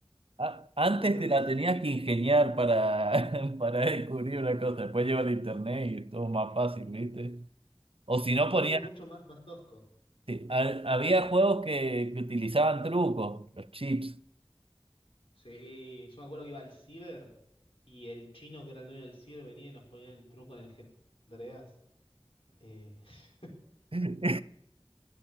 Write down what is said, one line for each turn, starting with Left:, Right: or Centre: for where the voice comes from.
Right: A- Antes
Left: cosas
Right: te la
Left: así.
Right: tenías que ingeniar para, <laughs> para descubrir una cosa, después lleva el internet y todo más fácil, ¿viste? O si no ponías,
Left: Todo mucho más, más tosco.
Right: sí, ha- había juegos que, que utilizaban trucos, los chips. <laughs>
Left: Sí, yo me acuerdo que iba al ciber y el chino que era el dueño del ciber venía y nos ponía el truco en el GTA Andreas. Eh, <laughs>
Right: Sí,